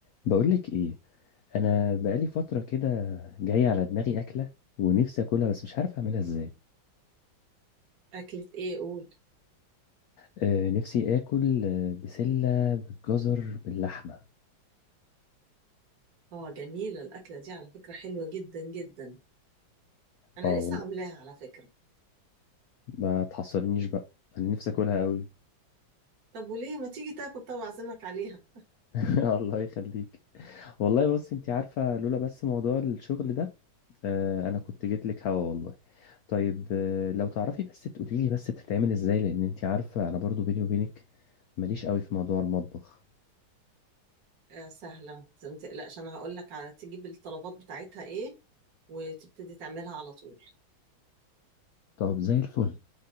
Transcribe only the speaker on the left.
بقولك ايه انا بقالي فتره كده جايه على دماغي اكله ونفسي اكلها بس مش عارف اعملها ازاي
آه نفسي اكل آه، بسله بالجزر باللحمه
اه والله
ما تحصرنيش بقى انا نفسي اكلها قوي
<laughs> الله يخليك والله بص انت عارفه لولا بس موضوع الشغل ده آه انا كنت جيت لك هوا والله طيب آه لو تعرفي بس تقولي لي بس بتتعمل ازاي لان انت عارفه انا برضو بيني وبينك ماليش قوي في موضوع المطبخ
طب زي الفل